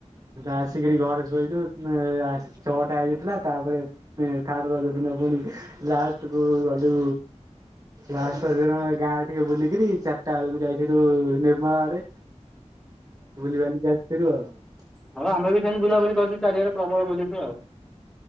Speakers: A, on the right; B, in the centre.
A: ଆସିକିରି ଘରେ ଶୋଇଲୁ ଛଅଟା ହେଇଯାଇଥିଲା ତାପରେ ଥାଡେ ରଜ ଦିନ ପୁଣି ଲାଷ୍ଟକୁ ଗଲୁ ଲାଷ୍ଟଦିନ ଏ ଗାଁ ଟିକେ ବୁଲିକିରି ଚାରିଟା ବେଳକୁ ଯାଇଥିଲୁ ନିମାଳ ଆଡେ ବୁଲିିବାଲି କି ଆ <unintelligible>
B: ହଁ ଆମେ ବି ସେମିତି ବୁଲାବୁଲି କରୁଛୁ ଚାରିଆଡେ ପ୍ରବଳ ବୁଲିଛୁ ଆଉ।